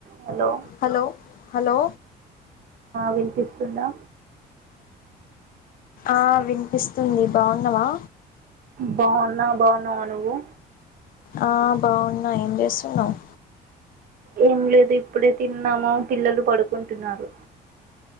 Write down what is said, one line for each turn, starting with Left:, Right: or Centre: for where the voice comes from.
Right: Hello
Left: hello hello
Right: వింత సున్నా
Left: ఆ వినిపిస్తుంది బాగున్నావా
Right: బాగున్నా బాగున్నావా నువ్వు
Left: ఆ బాగున్నా ఏం చేస్తున్నావు్
Right: ఏం లేదు ఇప్పుడే తిన్నాముో పిల్లలు పడుకుంటున్నారు